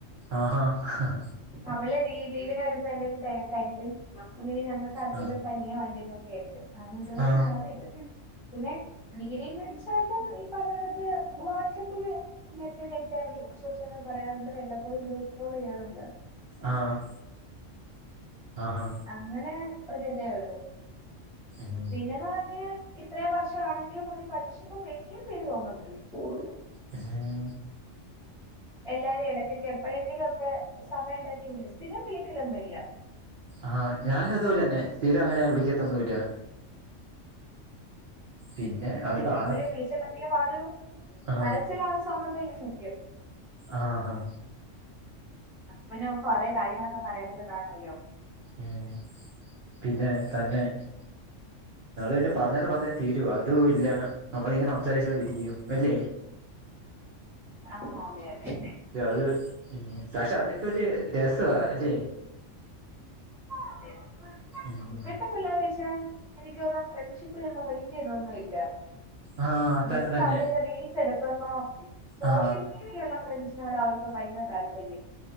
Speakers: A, on the right; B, in the centre.
A: ആഹ് ഹ <unintelligible>
B: അവള് ലീവനെ വരുമ്പോ എന്തും തിരക്കായിരിക്കും ഞങ്ങൾക്കാർക്കെങ്കലും
A: ആ
B: പനിയോ വല്ലതൊക്കെ ആയിരിക്കും അങ്ങനെഇതുവരെ
A: ആ
B: നടന്നില്ല പിന്നെ <unintelligible> പറഞ്ഞത് വാട്സആപ്പിൽ മെസ്സേജ് കഴക്കാറില്ല സോഷനങ്ങൾ പറയാറുണ്ട് വല്ല പ്പോഴും ബൂട്രോൾ ചെയ്യാറുണ്ട്
A: ആഹ് ആഹ്ഹാ
B: അങ്ങനെ ഒരിതേ ഉള്ളു
A: ഉം
B: പിന്നെന്ന് പറഞ്ഞ ഇത്രയും വർഷം ആണെങ്കിലും കണക്ഷൻ മെയിന് ചെയ്തു പോകുന്നുണ്ട് <unintelligible>
A: അഹ്
B: എല്ലാരും ഇടയ്ക്കൊക്കെ എപ്പോഴെങ്കിലും ഒക്കെ സമയം ഉണ്ടാക്കെങ്കിലിൽ സ്ഥിരം വിളിക്കലൊന്നുല്ല
A: ആഹ് ഞാനതുപോലെ തന്നെ സ്ഥിരവങ്ങനെ വിളിക്കത്തൊന്നുവില്ല പിന്നെ അവര്
B: വെല്ലപ്പോഴുവെ
A: കാണും
B: വിളിച്ചെള്ളെങ്കിലും ആത്
A: ആ
B: മനസ്സിലാവുന്ന സമയത്തിങ്ങനെ നിക്കും
A: ആഹാ
B: പിന്നെ നമുക്ക് കൊറേ കാര്യങ്ങളൊക്കെ പറയാനൊക്കെ കാണുവല്ലോ
A: ആഹ് പിന്നേ തന്നെ <unintelligible> പിന്നെ പറഞ്ഞാലും പറഞ്ഞാലും തീരോ അതു ഇല്ല. നമ്മളിങ്ങനെ സംസാരിച്ചോണ്ടിരിക്കും അല്ലേ
B: ആ അതെ അതെ അതെ
A: അത് ഇം പക്ഷെ അതൊക്കൊരു രസവാ അല്ലേ
B: അതെ അതെ
A: ഉം
B: ഇപ്പഴത്തെ പിള്ളേര് പക്ഷെ എനിക്ക് തോന്ന് ഫ്രണ്ട്ഷിപ്പ്ലൊന്നും വല്ല്യ ഇതൊന്നുവില്ല
A: ആ തന്നെ
B: ജസ്റ്റ്
A: തന്നെ
B: അവരൊക്കെ റീൽസ് എടു ക്കുന്നു സോഷ്യൽ
A: ആ
B: മീഡിയയിലുള്ള ഫ്രണ്ട്സിനോടാ അവർക്ക് ഭയങ്കര താല്പര്യം